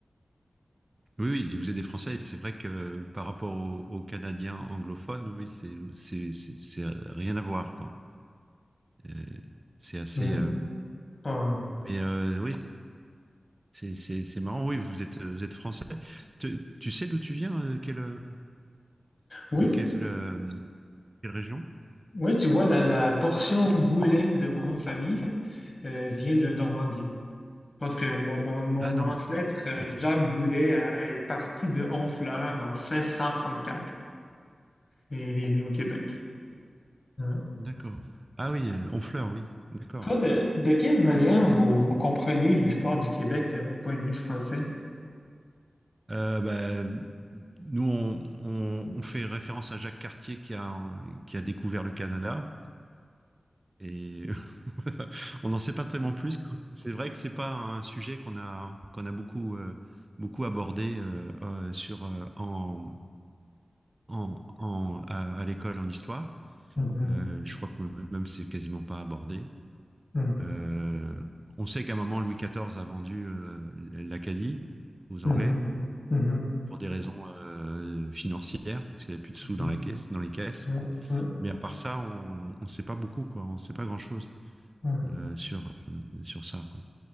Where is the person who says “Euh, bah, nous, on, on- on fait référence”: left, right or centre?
Right